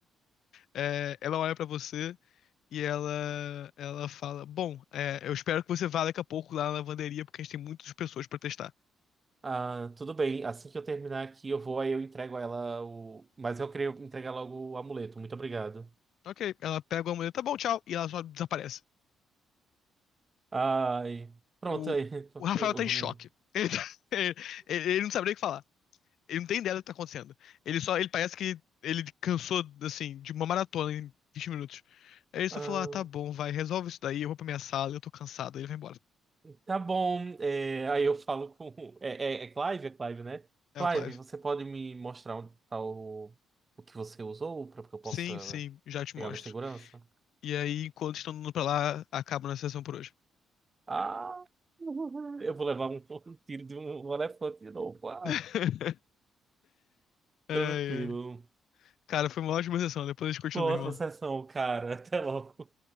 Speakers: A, on the left; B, on the right.
A: É, ela olha pra você e ela, ela fala: Bom, é, eu espero que você vá daqui a pouco lá na lavanderia, porque a gente tem muitas pessoas pra testar.
B: Ah, tudo bem, assim que eu terminar aqui, eu vou, aí eu entrego a ela o. Mas eu queria entregar logo o amuleto, muito obrigado.
A: Ok, ela pega uma mulher, tá bom, tchau, e ela só desaparece.
B: Ai, pronto,
A: O,
B: aí. <laughs>
A: o Rafael tá em choque. Ele, tá- <laughs> ele- ele não sabe nem o que falar. Ele não tem ideia do que tá acontecendo. Ele só, ele parece que ele cansou, assim, de uma maratona em 20 minutos. Aí ele só
B: Ah,
A: falou, ah, tá bom, vai, resolve isso daí, eu vou pra minha sala, eu tô cansado, aí ele vai embora.
B: tá bom, é, aí eu falo com. É, é, é Clive? É Clive, né?
A: É
B: Clive,
A: o Clive.
B: você pode me mostrar onde tá o, o que você usou para que eu possa
A: Sim, sim, já te
B: pegar
A: mostro.
B: ela em segurança?
A: E aí, enquanto estão indo pra lá, acaba na sessão por hoje.
B: Ah! Eu vou levar um, um tiro de um elefante de novo. Ah,
A: <laughs> Ai,
B: tranquilo.
A: ai. Cara, foi uma ótima sessão, depois a gente continua,
B: Boa
A: irmão.
B: outra sessão, cara. Até logo.